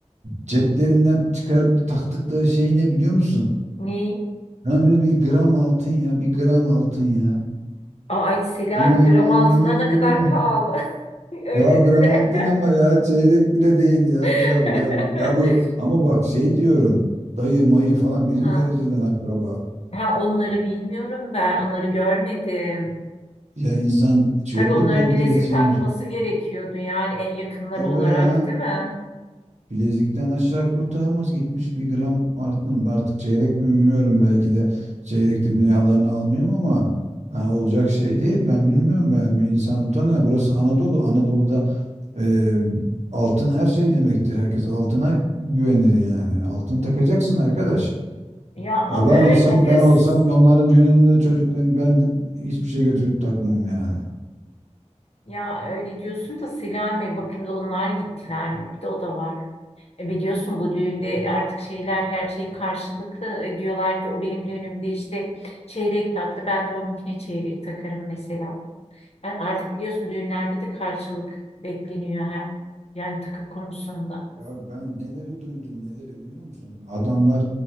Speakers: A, on the right (about 75°); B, on the left (about 60°).
A: Ceplerinden çıkarıp taktıkları şey ne biliyor musun?
B: Ne?
A: Yani böyle bir gram altın ya, bir gram altın ya.
B: Ay Selen
A: Ay.
B: gram altına ne kadar pahalı. <laughs> Öyle
A: Ya gram
B: deme.
A: altın ama ya çeyrek bile değil ya
B: <laughs>
A: gram gram. Ya bu ama bak şey diyorum dayı mayı falan birinci
B: Ha,
A: dereceden akraba.
B: ha onları bilmiyorum ben. Onları görmedim.
A: Ya insan şey
B: Tabii
A: olur
B: onların
A: mu ya
B: bilezik
A: bir de şeymiş.
B: takması gerekiyordu yani en yakınları
A: Tabii
B: olarak
A: ya
B: değil mi?
A: Bilezikten aşağı kurtarmaz gitmiş bir gram artın. Artık çeyrek mi bilmiyorum belki de çeyrekte günahlarını almayayım ama ha, olacak şey değil. Ben bilmiyorum ben bir insan utanıyor. Burası Anadolu. Anadolu'da e, altın her şey demektir. Herkes altına güvenir yani. Altın takacaksın arkadaş.
B: Ya ama
A: Ya Ben
B: öyle
A: olsam
B: de
A: ben
B: s-
A: olsam onların düğününde çocuklarını ben hiçbir şey götürüp takmam yani.
B: ya öyle diyorsun da Selami bakayım da onlar gittiler mi? Bir de o da var. E biliyorsun bu düğünde artık şeyler her şey karşılıklı. E diyorlar ki o benim düğünümde işte çeyrek taktı. Ben de onunkine çeyrek takarım mesela. Yani artık biliyorsun düğünlerde de karşılık bekleniyor her yani takı konusunda.
A: Ya ben neleri duydum neleri biliyor musun? Adamlar